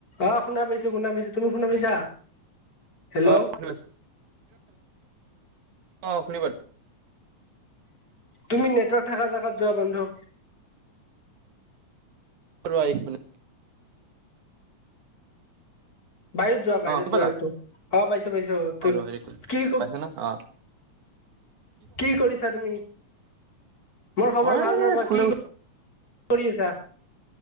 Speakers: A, on the left; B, on the right.
A: অঁ শুনা পাইছো, শুনা পাইছো, তুমি শুনা পাইছা? হেল্ল'
B: অঁ শু আহ শুনিব।
A: তুমি নেটৱৰ্ক থাকা জেগাত যোৱা বন্ধ।
B: আৰু ম
A: বাহিৰত যোৱা, বাহিৰত
B: অ শুনি
A: যোৱা
B: পালা
A: একদম, হাৱা পাইছে। পাইছ,
B: অ
A: ত
B: ৰ এক মিনিট
A: কি ক
B: পাইছা না অ
A: কি কৰিছা তুমি? মোৰ খবৰ
B: মই
A: ভাল
B: এনে
A: ৰবা
B: শুই
A: কি কৰি আছা?